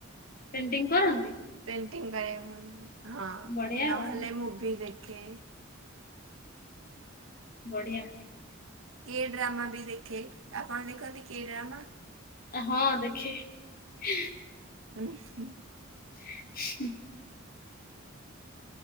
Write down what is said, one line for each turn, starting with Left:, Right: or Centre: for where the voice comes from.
Left: ପେଣ୍ଟିଙ୍ଗ କରନ୍ତି।
Right: ପେଣ୍ଟିଙ୍ଗ କରିବାକୁ ଭଲଲାଗେ ହଁ ହଁ
Left: ବଢିଆ
Right: ନହେଲେ
Left: ଆଉ
Right: ମୁଭି ଦେଖେ।
Left: ବଢିଆ।
Right: କିଏ ଡ୍ରାମାବି ଦେଖେ ଆପଣ ଦେଖନ୍ତିକି ଡ୍ରାମା।
Left: ହଁ ଦେଖେ ହେଁ।
Right: ଉୁଁ ହୁଁ।
Left: <unintelligible>